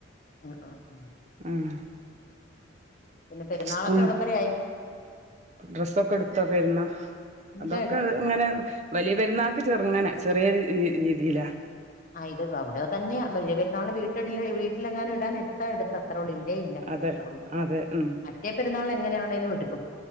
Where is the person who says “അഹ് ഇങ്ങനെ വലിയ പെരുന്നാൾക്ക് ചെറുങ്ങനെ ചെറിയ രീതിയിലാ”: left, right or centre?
Right